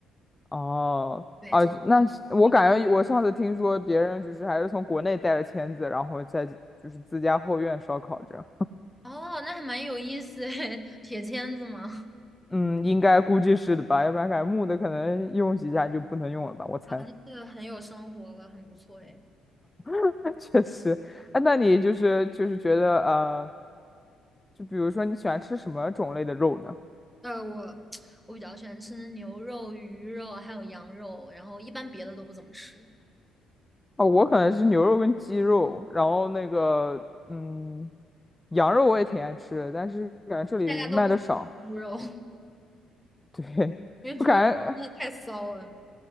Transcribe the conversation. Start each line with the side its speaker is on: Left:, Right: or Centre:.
Left: 哦、
Centre: 对，
Left: 啊，
Centre: 直接
Left: 那是我感觉我上次听说别人就是还是从国内带了签子，
Centre: 个
Left: 然后在就是自家后院烧烤这样。
Centre: 哦，那还蛮有意思诶，<laughs> 铁签子嘛，
Left: 嗯，应该估计是的吧，要不然感觉木的可能用几下就不能用了吧，我猜。
Centre: 啊，那这很有生活了，很不错诶。
Left: <laughs> 确实，哎，那你就是就是觉得呃，就比如说你喜欢吃什么种类的肉呢？
Centre: 呃，我 <tsk> 我比较喜欢吃牛肉、鱼肉还有羊肉，然后一般别的都不怎么吃，
Left: 哦，我可能是牛肉跟鸡肉，然后那个嗯，羊肉我也挺爱吃的，
Centre: 对，
Left: 但是感觉这里卖的少。
Centre: 大家都不怎么吃猪肉，<laughs>
Left: <laughs> 对，
Centre: 因为猪肉真的太骚了。
Left: 我感觉